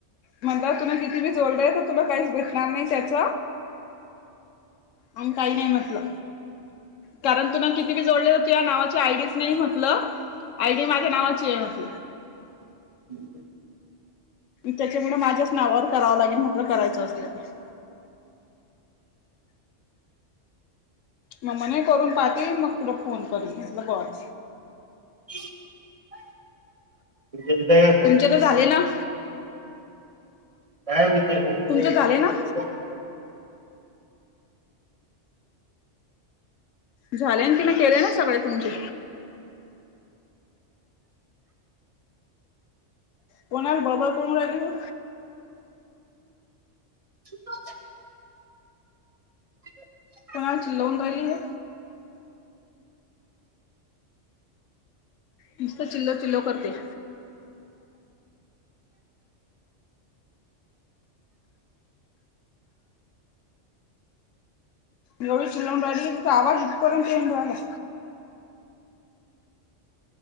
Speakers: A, on the left; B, on the right.
A: म्हटलं तुन किती भी जोडलंय तर तुला काहीच भेटणार नाही त्याच. आणि काही नाही म्हटलं. कारण तु ना किती बी जोडले तर तूज्या नावाची आयडीच नाही म्हटलं. आयडी माझ्या नावाची आहे म्हटल.
B: <inaudible>
A: त्याच्यामुळ माझ्याच नावावर करावं लागेल म्हटलं करायचं असल्यास. मग म्हणे करून पाहती, मग तुला फोन करीन. म्हटलं बरं.
B: <unintelligible> गेलत का कोण?
A: तुमचे तर झाले ना.
B: काय <unintelligible>
A: तुमचे झाले ना झाले ना? तुम्ही केले ना सगळे तुमचे? कोणाला बडबड करून राहिली व?
B: <unintelligible> <inaudible>
A: कोणाला चिलवुन राहिली ये? नुस्त चिल्लो चिल्लोव करते. एवढी चिलावून राहिली, तिचा आवाज इथपर्यंत येऊन राहिलाय.